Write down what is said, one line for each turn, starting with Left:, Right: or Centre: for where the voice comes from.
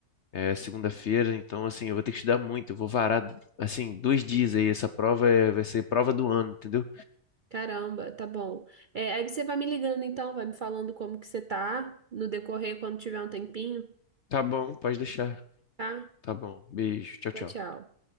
Left: é, segunda-feira. Então, assim, eu vou ter que estudar muito. Eu vou varar, assim, dois dias aí. Essa prova é- vai ser prova do ano, entendeu?
Right: Caramba, tá bom. É, aí você vai me ligando então, vai me falando como que você tá no decorrer quando tiver um tempinho,
Left: Tá bom, pode deixar.
Right: tá?
Left: Tá bom. Beijo. Tchau,
Right: Tchau,
Left: tchau.
Right: tchau.